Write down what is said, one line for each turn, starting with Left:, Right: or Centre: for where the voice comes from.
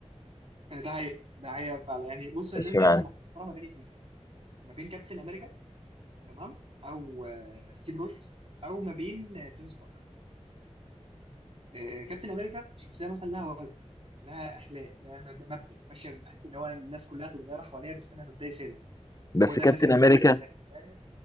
Right: ده حقيقة ده حقيقة فعلا يعني بص الناس
Left: اشمعنى
Right: دايما محتاره ما بين اتنين ما بين كابتن امريكا تمام او آه، ستيف روجرز او ما بين آه، توني ستارك آه، كابتن امريكا شخصيه مثلا لها وزن لها اخلاق لها مب- مبدا ماشيه بحته اللي هو الناس كلها تتغير حواليها بس انا مبدأي ثابت
Left: بس
Right: وهو ده
Left: كابتن
Right: اللي خليه
Left: امريكا
Right: اللي خلاه